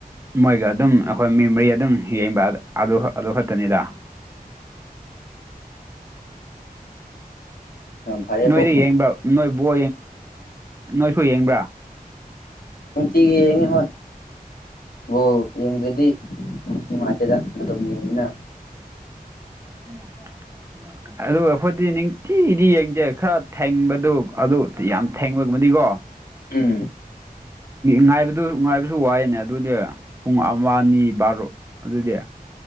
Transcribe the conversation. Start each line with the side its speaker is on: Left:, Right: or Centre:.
Right: ꯃꯣꯏꯒ ꯑꯗꯨꯝ ꯑꯩꯈꯣꯏ ꯃꯦꯃꯣꯔꯤ ꯑꯗꯨꯝ ꯌꯦꯡꯕ ꯑꯗꯨ ꯑꯗꯨ ꯈꯛꯇꯅꯤꯗ
Left: ꯌꯥꯝ ꯐꯔꯦꯕꯣ
Right: ꯅꯣꯏꯗ ꯌꯦꯡꯕ꯭ꯔꯥ ꯅꯣꯏ ꯕ ꯅꯣꯏꯁꯨ ꯌꯦꯡꯕ꯭ꯔꯥ
Left: ꯅꯨꯡꯇꯤꯒꯤ ꯌꯦꯡꯉꯤ ꯍꯣꯏ ꯕꯣꯜ ꯌꯦꯡꯗ꯭ꯔꯗꯤ ꯅꯨꯡꯉꯥꯏꯇꯦꯗ ꯑꯗꯨ ꯑꯗꯨꯝ ꯌꯦꯡꯅ
Right: <inaudible> ꯑꯗꯨ ꯑꯩꯈꯣꯏꯗꯤ ꯅꯤꯡꯊꯤꯗꯤ ꯌꯦꯡꯖꯩ ꯈꯔ ꯊꯦꯡꯕꯗꯨ ꯑꯗꯨ ꯌꯥꯝ ꯊꯦꯡꯕꯒꯃꯅꯤꯀꯣ
Left: ꯎꯝ
Right: ꯉꯥꯏꯕꯗꯨꯁꯨ ꯉꯥꯏꯕꯁꯨ ꯋꯥꯏꯦꯅꯦ ꯑꯗꯨꯗꯤ ꯄꯨꯡ ꯑꯃ ꯑꯅꯤ ꯕꯥꯔꯣ ꯑꯗꯨꯗꯤ